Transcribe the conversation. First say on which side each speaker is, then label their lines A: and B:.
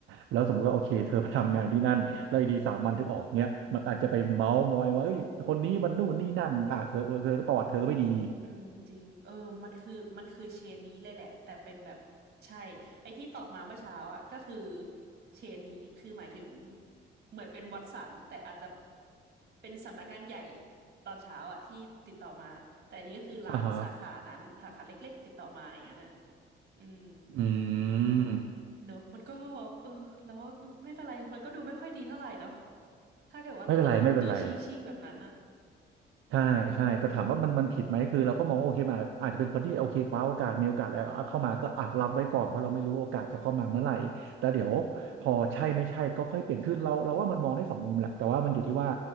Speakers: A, on the right; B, on the right.
A: แล้วสมมติว่าโอเคเธอไปทำงานที่นั่นแล้วอยู่ดีสามวันเธอออกเนี้ยมันอาจจะไปเมาส์มอยว่าเอ้ยคนนี้มันนู่นนี่นั่นอ่ะเธอเออเธอก็ประวัติเธอก็ไม่ดีอีก
B: อืมอืมจริงเออมันคือมันคือเชนนี้เลยแหละแต่เป็นแบบใช่ไอ้ที่ตอบมาเมื่อเช้าอ่ะก็คือเชนนี้คือหมายถึง เหมือนเป็นวัตสันแต่อาจจะเป็นสำนักงานใหญ่ตอนเช้าอ่ะที่ติดต่อมาแต่อันนี้ก็คือร้านสาขานั้นสาขาเล็กๆติดต่อมาอย่างนั้นอ่ะ
A: อ่าฮะ
B: อืม
A: อืม
B: เนอะมันก็เออแล้วว่าอืมไม่เป็นไรมันก็ดูไม่ค่อยดีเท่าไหร่เนาะถ้าเกิดว่าเราจะทำตัวชิ่งชิ่งแบบนั้นอะ
A: ไม่เป็นไรไม่เป็นไร ใช่ใช่แต่ถามว่ามันมันผิดไหมคือเราก็มองว่าโอเคมันอาจอาจจะเป็นคนที่โอเคคว้าโอกาสมีโอกาสแล้วเอาเข้ามาก็อ่ะรับไว้ก่อนเพราะเราไม่รู้โอกาสจะเข้ามาเมื่อไหร่แต่เดี๋ยวพอใช่ไม่ใช่ก็ค่อยเปลี่ยนคือเราเราว่ามันมองได้สองมุมแหละแต่ว่ามันอยู่ที่ว่า
B: อืมอืมอืม